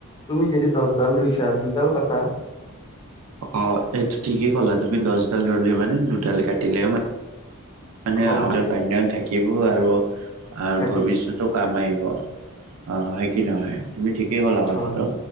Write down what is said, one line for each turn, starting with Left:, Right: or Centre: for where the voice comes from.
Left: তুমি যদি দহডাল ৰুইছা দুইডাল কাটা। <inaudible>
Right: অ এইটো ঠিকেই ক'লা তুমি দহ ডাল ৰুলা মানে দুডাল কাটিলেও মান মানে
Left: অ
Right: অন্য থাকিব আৰু
Left: থাকিব
Right: ভৱিষ্যতো কাম আহিব। অ হয় কি নহয় তুমি ঠিকেই ক'লা কথাতো
Left: হয়